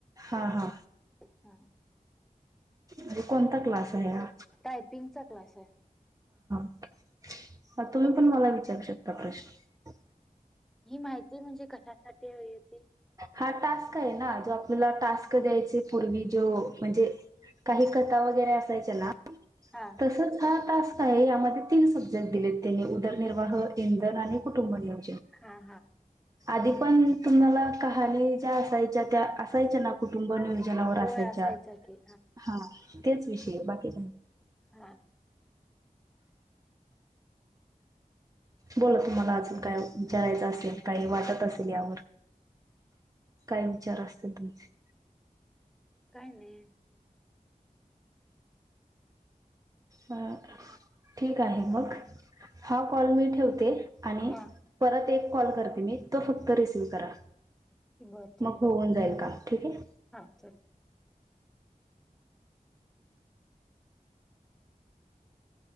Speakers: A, on the right; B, in the centre.
A: हां हां
B: हां
A: आणि कोणता क्लास आहे हा
B: टायपिंगचा क्लास आहे
A: <unintelligible> हा तुम्ही पण मला विचारू शकता प्रश्न
B: ही माहिती म्हणजे कशा साठी हवी होती.
A: हा टास्क आहेना जो आपल्याला टास्क द्यायचे पूर्वी जो म्हणजे काही कथा वगैरे असायच्या ना
B: हा
A: तसंच हा टास्क आहे यामध्ये तीन सब्जेक्ट दिलेत त्यांनी उदरनिर्वाह, इंधन आणि कुटुंबनियम
B: हा हा
A: आधी पण तुम्हाला कहाणी ज्या असायच्या त्या असायच्या ना कुटुंब नियोजन जनावर असायच्या
B: होय असायचा की
A: हा तेच विषय बाकीच्या
B: हा
A: बोला तुम्हाला अजून काय विचारायचं असेल काही वाटत असेल यावर काय विचार असतील तुमचे
B: काय नाही.
A: अ ठीक आहे मग हा कॉल मी ठेवतो. ते आणि
B: हा
A: परत एक कॉल करते मी तो फक्त रिसीव करा.
B: बरं चालेल
A: मग होऊन जाईल काम ठीक आहे.
B: हा चल